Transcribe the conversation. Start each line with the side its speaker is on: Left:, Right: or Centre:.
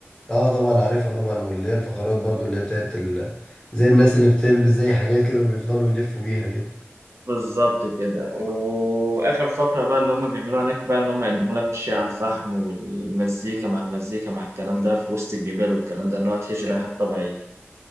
Left: اه طبعا عارفها طبعا واللي هي الفقرات برضو اللي هي بتاعت ال... زي الناس اللي بتلبس زي حاجات كده وبيفضلوا يلفوا بيها كده
Right: بالظبط كده وآخر فقرة بقى اللي هم بيعملوها هناك بقى إن هم يقدموا لك الشاي على الفحم والمزيكا مع المزيكا مع الكلام ده في وسط الجبال والكلام ده إن هو تهيش رحلة طبيعية